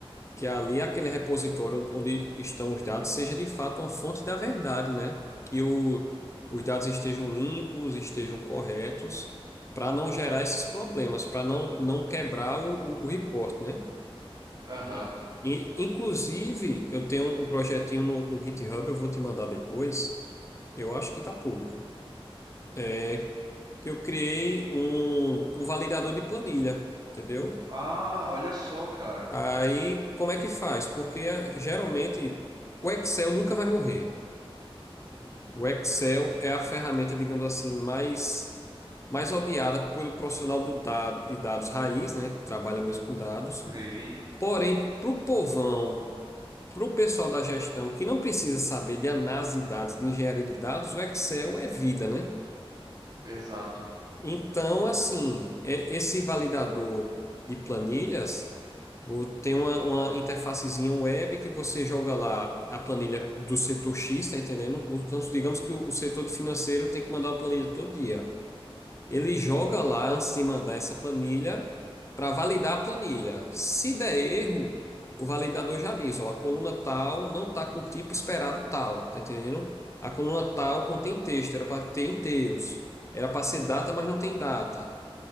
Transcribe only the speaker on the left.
que é ali aquele repositório onde estão os dados seja de fato uma fonte da verdade, né? Que o, os dados estejam limpos, estejam corretos, para não gerar esses problemas, para não, não quebrar o, o, o report, né?
E, e, inclusive, eu tenho um projetinho no, no GitHub, eu vou te mandar depois, eu acho que está público, É que eu criei um, um validador de planilha, entendeu?
Aí, como é que faz? Porque eh, geralmente o Excel nunca vai morrer.
O Excel é a ferramenta, digamos assim, mais, mais odiada pelo profissional do dado, de dados raiz, né? Que trabalha mesmo com dados.
Porém, para o povão, para o pessoal da gestão que não precisa saber de análise de dados, de engenharia de dados, o Excel é vida, né?
Então, assim, é- esse validador de planilhas o- tem uma, uma interfacezinha web que você joga lá a planilha do setor X, tá entendendo? Os- Digamos que o, o setor de financeiro tem que mandar uma planilha todo dia. Ele joga
lá antes de mandar essa planilha para validar a planilha. Se der erro, o validador já diz, ó, a coluna tal não está com o tipo esperado tal, tá entendendo? A coluna tal contém texto, era para ter inteiros. Era para ser data, mas não tem data.